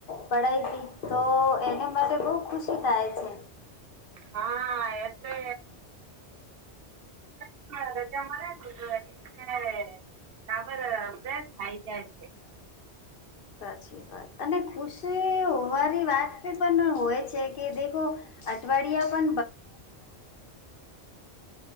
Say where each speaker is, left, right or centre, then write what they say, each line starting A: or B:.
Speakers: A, on the left (about 60°); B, on the right (about 65°).
A: પડાય હતી તો એને માટે બહુ ખુશ શું થાય છે.
B: હા, એટલે <unintelligible> રજા મારા હ તપર પરા ખાયતા છે
A: સાચી વાત અને ખુશી હોવાની વાત પણ હોય છે કે દેખો અઠવાડિયા